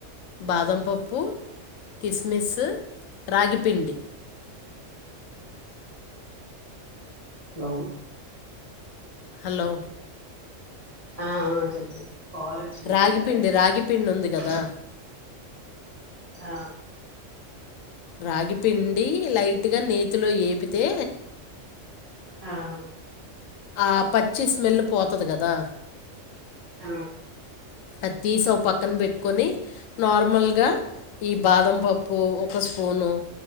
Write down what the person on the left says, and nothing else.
బాదం పప్పు కిస్మిస్ రాగిపిండి
హలో
రాగి పిండి రాగి పిండి
ఉంది కదా
రాగి పిండి లైట్ గా నేతీ నేతీలో ఏపితే
ఆ పచ్చి స్మెల్ పోతది కదా
అది తీసి ఒక పక్కన పెట్టుకొని నార్మల్గా ఈ బాదం పప్పు ఒక స్పూన్